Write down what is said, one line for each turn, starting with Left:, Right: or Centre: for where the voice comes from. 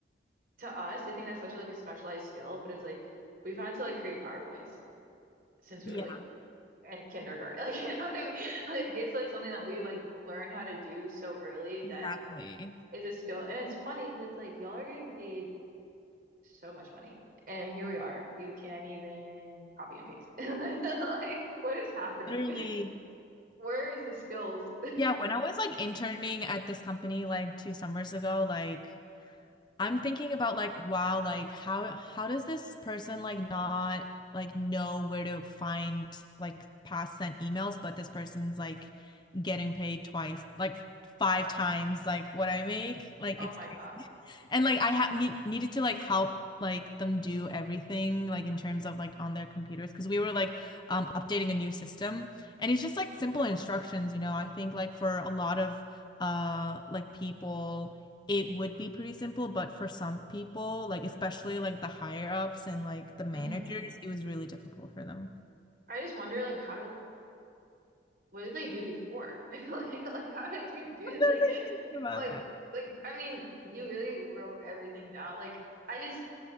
Right: to us they think that's such a, like a specialized skill, but it's like we've had to like create PowerPoints since we
Left: Yeah,
Right: were like in kindergarten. <laughs> Like you know what I mean? Like it's like something that we've like learned how to do so early that
Left: exactly.
Right: it's a skill. And it's funny because it's like y'all are getting paid so much money. And here we are. You can't even copy and paste. <laughs> Like, what is happening?
Left: Literally.
Right: Where is the skills?
Left: Yeah, when I was like interning at this company like two summers ago, like I'm thinking about like, wow, like how how does this person like not like know where to find like past sent emails, but this person's like getting paid twice, like five times like what I make. Like
Right: Oh
Left: it's
Right: my
Left: crazy.
Right: God.
Left: <laughs> And like I ha need needed to like help like them do everything like in terms of like on their computers because we were like um updating a new system and it's just like simple instructions, you know. I think like for a lot of uh like people it would be pretty simple, but for some people, like especially like the higher ups and like the managers,
Right: hmm
Left: it was really difficult for them.
Right: I just wonder, like, how did, what did they do before? <laughs> Like, like, how did you
Left: <laughs>
Right: do,
Left: Sometimes
Right: like,
Left: I do think about
Right: like,
Left: that.
Right: like, I mean, you really wrote everything down. Like, I just,